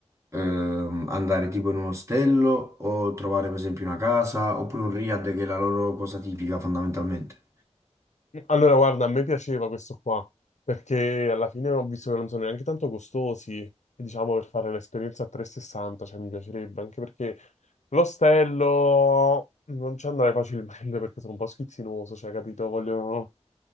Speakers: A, on the right; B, on the left.
A: ehm, andare tipo in un ostello o trovare per esempio una casa oppure un riad che è la loro cosa tipica fondamentalmente?
B: Allora, guarda, a me piaceva questo qua, perché alla fine ho visto che non sono neanche tanto costosi, e diciamo, per fare l'esperienza a 360, cioè mi piacerebbe, anche perché l'ostello non ci andrei facilmente <laughs> perché sono un po' schizzinoso, cioè, capito? Voglio,